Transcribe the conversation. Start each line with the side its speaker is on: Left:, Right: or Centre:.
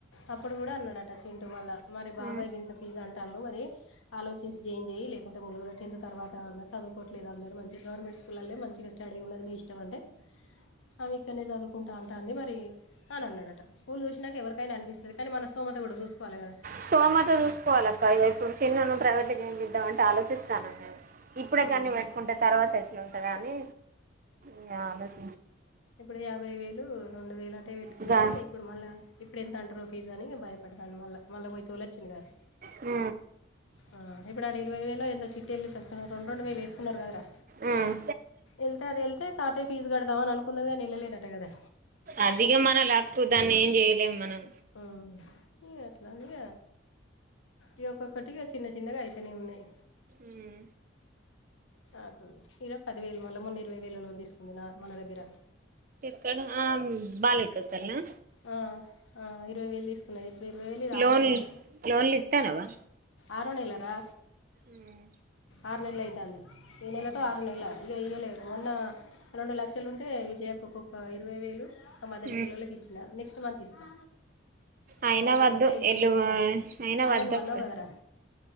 Left: అప్పుడు కూడా అన్నాడట చింటు మళ్ళ మరి బాబాయ్
Right: ఉమ్
Left: గింత ఫీస్ అంటాల్లు మరి ఆలోచించి జేయిన్ చెయ్యి లేకుంటే ములుగులో టెన్త్ తర్వాతన్నా చదువుకోవట్లేదు అందరూ మంచిగా గవర్మెంట్ స్కూలల్లో మంచిగా స్టడీ ఉన్నది మీ ఇష్టం అంటే ఆమె ఇక్కన్నే చదువుకుంటా అంటాంది మరి అని అన్నాడట స్కులు చూసినాక ఎవరికైనా అనిపిస్తది కానీ మన స్థోమత కూడా చూసుకోవాలి కదా
Right: స్తోమత చూసుకోవాలి అక్క ఇగ ఇప్పుడు చిన్నూను ప్రైవేట్ ల జాయిన్ చేద్దామంటే ఆలోచిస్తాను నేను
Left: కదా
Right: ఇప్పుడే గన్ని పెట్టుకుంటే తర్వాత ఎట్లుంటది అని ఈ ఆలోచి
Left: ఇప్పుడు యాభై వేలు రెండు వేలు అటే పెట్టుకున్నది
Right: ఇంకా
Left: ఇప్పుడు మళ్ళా ఇప్పుడు ఎంత అంటారో ఫీస్ అని భయపడతాంది మళ్ళ మళ్ళ పోయి తొలొచ్చింది కదా
Right: ఊ
Left: ఆ ఇప్పుడు ఆడ ఇరవై వేలో ఎంతో చిట్టీ ఎళ్ళి తెస్తున్నారు రెండు రెండు వేలు ఏసుకున్నారు కదరా
Right: ఉమ్.
Left: ఎళ్తే అది ఎళ్తే తాటే ఫీజు కడదాం అని అనుకున్నది కానీ వెళ్ళలేదట గదా
Right: అది ఇగ మన లక్కు దాన్ని ఏం చేయలేం మనం
Left: ఊ ఇగ అట్లా అని ఇగ ఇగ ఒక్కొక్కటిగా చిన్న చిన్నగా అయితనే ఉన్నయి
Right: ఉమ్
Left: నాకు ఈడ పదివేలు మళ్ళా మొన్న ఇరవై వేలో లోన్ తీసుకుంది నా మన దగ్గర
Right: ఎక్కడ ఆం బాలయ్యకసలనా
Left: ఆ ఆ ఇరవై వేలు తీసుకున్నది ఇప్పుడు ఇరవై వేలు ఇది ఆరో
Right: లోన్
Left: నెల
Right: లోన్లు ఇత్తానావా
Left: ఆరోనెల రా
Right: ఉమ్,
Left: ఆరు నెల్లు అయితాంది ఈ నెలతో
Right: నెలలు
Left: ఆరు
Right: ఇస్తా.
Left: నెల్లు అయ్ ఇగ ఇయ్యలే మొన్న రెండు లక్షలుంటే విజయక్కకు ఒక ఇరవై వేలు ఆ మదనిపిల్లోల్లకి
Right: ఉమ్,
Left: ఇచ్చినా నెక్స్ట్ మంత్ ఇస్తా
Right: అయినా
Left: నువ్వు మొన్న
Right: వద్దు
Left: అడిగితే ఇప్పుడు
Right: ఎల్లు
Left: చూస్తా
Right: ఊ అయినా
Left: అదే
Right: వద్దక్క
Left: నువ్వు అన్నావు కదరా